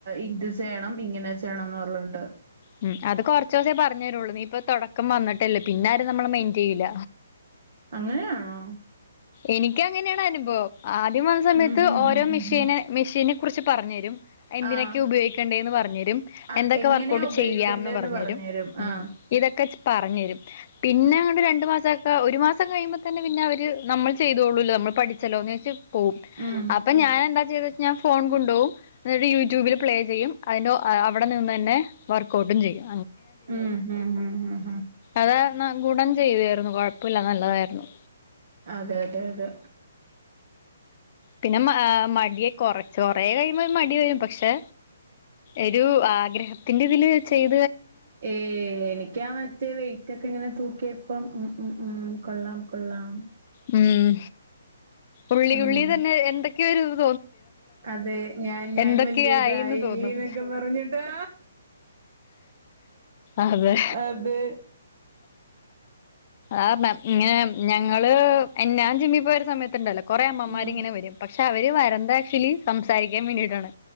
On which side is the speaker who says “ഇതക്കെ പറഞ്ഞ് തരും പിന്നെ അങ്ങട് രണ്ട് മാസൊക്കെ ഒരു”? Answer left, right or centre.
Left